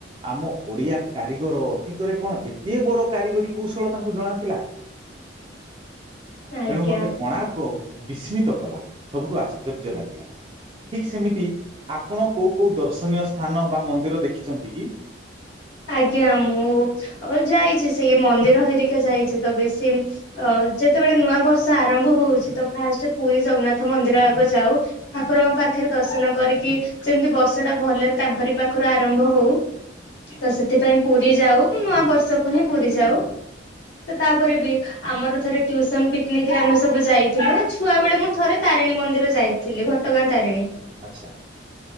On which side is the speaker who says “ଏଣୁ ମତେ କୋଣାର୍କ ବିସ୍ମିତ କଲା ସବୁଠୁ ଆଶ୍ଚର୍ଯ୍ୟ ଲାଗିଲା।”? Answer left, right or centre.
Right